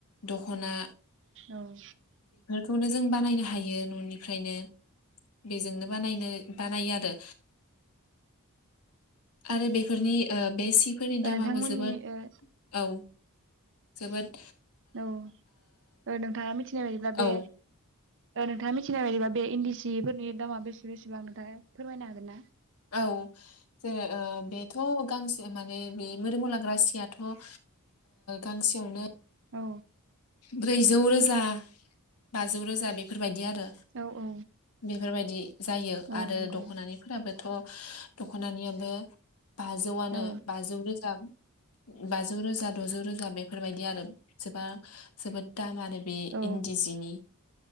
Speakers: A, on the left; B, on the right.
A: दख'ना
B: औ
A: बेखौनो जों बानायनो हायो न'निफ्रायनो बेजोंनो बानायनो बानायो आरो। आरो बेफोरनि ओ बे सिफोरनि
B: औ
A: दामाबो
B: नोंथांमोननि
A: जोबोद
B: ओ औ
A: औ जोबोर
B: औ नोंथाङा मिथिनाय बायदिब्ला बे
A: ओ औ
B: नोंथाङा मिथिनाय बायदिबा बे इन्दि सिफोरनि दामा बेसे बेसेबां नोंथाङा फोरमायनो हागोन ना?
A: औ जोङो ओ बेथ' गांसे माने बे मोदोमाव लाग्रा सियाथ' ओ गांसेयावनो
B: औ
A: ब्रैजौ रोजा बाजौ रोजा बेफोर बायदि आरो।
B: औ औ
A: बेफोर बायदि जायो
B: औ
A: आरो
B: नंगौ
A: दख'नारिफोराबोथ' दख'नानियाबो बाजौआनो
B: औ
A: बाजौ रोजा बाजौ रोजा द'जौ रोजा बेफोर बायदि आरो सोबा जोबोद दाम आरो बे
B: औ
A: इन्दि जिनि